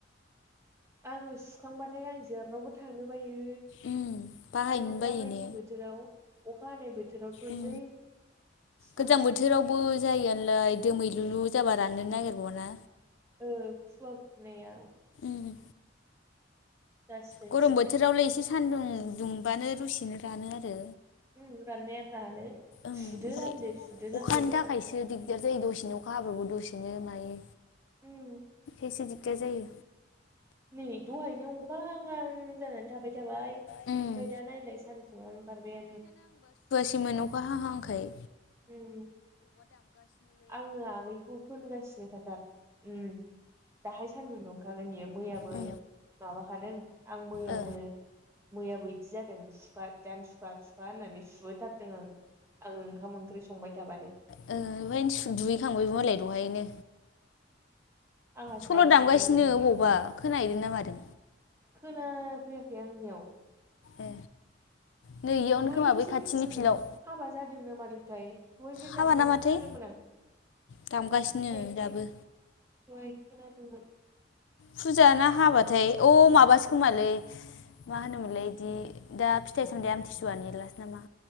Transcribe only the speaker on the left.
उम बाहायनो
बायो
ने
उम
गोजां बोथोरावबो जायो नालाय दोमै लुलु जाबा राननो नागिरबाव ना?
उम।
गरम
बोथोरावलाय एसे सान्दुं दुंबानो दसेनो रानो आरो
ओं ओमफ्राय
अखानि थाखायसो दिगदार जायो दसेनो अखा हाबाब दसेनो मायो।
जि दिगदार जायो।
उम
मोन अखा हा हांखाय।
ओ
ओ
बेओमहायनो दुहैखांबाय बे मालाय दहायनो।
सल'
दामगासिनो
अबावबा खोनाहैदों ना मादो?
ए। नै इयावनो
खोमा बै खाथिनि
फिल्डआव
हाबा
नामाथाय
दामगासिनो
दाबो।
फुजा ना हाबाथाय अ माबासो खोमालै मा होनोमोनलाय इदि दा फिथाइ सामथायाइ आमथिसुवनि लास नामा।